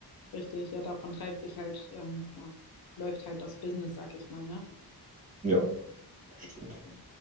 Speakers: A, on the left; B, on the right.
A: richtig. Ja, davon treibt sich halt, ähm, ja, läuft halt das Business, sag ich mal, ne?
B: Ja, das
A: Das
B: stimmt.
A: ist so.